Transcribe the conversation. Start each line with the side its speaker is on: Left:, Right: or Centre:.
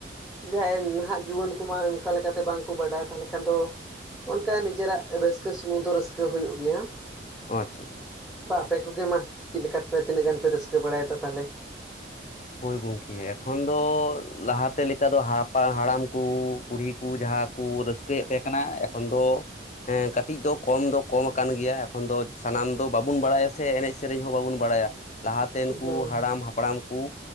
Centre: ᱡᱟᱦᱟᱸᱭ ᱱᱟᱦᱟᱜ ᱡᱩᱣᱟᱹᱱ ᱠᱚᱢᱟ ᱚᱱᱠᱟ ᱞᱮᱠᱟᱛᱮ ᱵᱟᱝᱠᱚ ᱵᱟᱰᱟᱭ ᱛᱟᱦᱞᱮ ᱠᱷᱟᱱ ᱫᱚ ᱚᱱᱠᱟ ᱱᱤᱡᱮᱨᱟᱜ ᱨᱟᱹᱥᱠᱟᱹ ᱥᱩᱢᱩᱝ ᱫᱚ ᱨᱟᱹᱥᱠᱟᱹ ᱦᱩᱭᱩᱜ ᱜᱮᱭᱟ ᱾
Left: ᱚᱪᱪᱷᱟ ᱪᱷᱟ ᱾
Centre: ᱟᱨᱚ ᱟᱯᱮ ᱠᱚᱜᱮ ᱢᱟ, ᱪᱮᱫ ᱞᱮᱠᱟ ᱯᱮ ᱛᱤᱱᱟᱹᱜ ᱜᱟᱱ ᱯᱮ ᱨᱟᱹᱥᱠᱟᱹ ᱵᱟᱲᱟᱭᱮᱫᱟ ᱛᱟᱞᱦᱮ?
Left: ᱦᱳᱭ ᱜᱚᱝᱠᱮ, ᱮᱠᱷᱚᱱ ᱫᱚ ᱞᱟᱦᱟᱛᱮ ᱞᱮᱠᱟ ᱫᱚ ᱦᱟᱯᱟ ᱦᱟᱲᱟᱢ ᱠᱩ ᱵᱩᱰᱦᱤ ᱠᱩ ᱡᱟᱦᱟᱸ ᱠᱩ ᱨᱟᱹᱥᱠᱟᱹᱭᱮᱫ ᱛᱮᱦᱮᱸ ᱠᱟᱱᱟ ᱮᱠᱷᱚᱱ ᱫᱚ ᱦᱮᱸ ᱠᱟᱹᱴᱤᱡ ᱫᱚ ᱠᱚᱢ ᱫᱚ ᱠᱚᱢ ᱟᱠᱟᱱ ᱜᱮᱭᱟ ᱮᱠᱷᱚᱱ ᱫᱚ ᱥᱟᱱᱟᱢ ᱫᱚ ᱵᱟᱵᱩᱱ ᱵᱟᱲᱟᱭᱟ ᱥᱮ ᱮᱱᱮᱡ ᱥᱮᱨᱮᱧ ᱦᱚᱸ ᱵᱟᱵᱩᱱ ᱵᱟᱲᱟᱭᱟ, ᱞᱟᱦᱟᱛᱮᱱ
Centre: ᱦᱩᱸ
Left: ᱠᱩ ᱦᱟᱲᱟᱢ ᱦᱟᱯᱲᱟᱢ ᱠᱩ